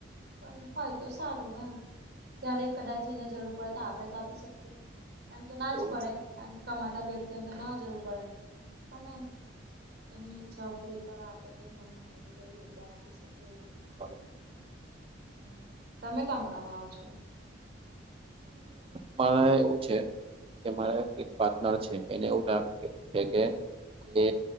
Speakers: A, on the right (about 55°); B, on the right (about 30°).
A: પણ હોય તો સારું એમ. ક્યારે કદાચને જરૂર પડે તો આપણે તો આપી શકીએ. એમ તો ના જ
B: એવું
A: પડે,.
B: છે
A: કારણ કે કમાતા વ્યક્તિઓને તો ના જરૂર પડે પણ એમ. એમની ઈચ્છાઓ પૂરી કરવા આપણે કઈ નાનું, મોટું કઈ યોગદાન આપી શકીએ એવું.
B: હા.
A: હ, તમે કામ કમાવ છો?
B: મારા એવું છે. કે મારે એક પાર્ટનર છે, એને એવું છે કે કે